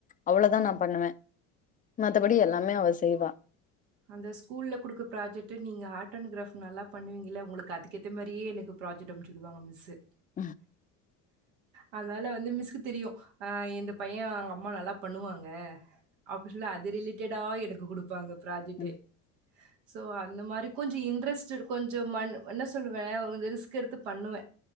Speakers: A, on the left; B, on the right.
A: அவ்ளோதா
B: ம்.
A: நா பண்ணுவ மத்தபடி
B: ஓகே.
A: எல்லாமே அவ செய்வா
B: அந்த ஸ்கூல்ல குடுக்க ப்ராஜெக்ட்டு நீ ஆர்ட்ண்ட் கிராஃப்ட் நல்லா பண்ணுவீங்கள உங்களுக்கு அதுக்கேத்த மாரியே எனக்கு ப்ராஜெக்ட்டு அமுச்சுடுவாங்க மிஸ்சு
A: ம்
B: அதனால வந்து மிஸ்க்கு தெரியு அ இந்த பைய அவங்க அம்மா நல்லா பண்ணுவாங்க அப்ப சொல்ல அது ரிலேட்டடா எனக்கு குடுப்பாங்க ப்ராஜெட்டு
A: ம்.
B: சோ அந்த மாறி கொஞ்சோ இன்ட்ரெஸ்ட் கொஞ்சோ மண் என்ன சொல்லுவ ரிஸ்க் எடுத்து பண்ணுவ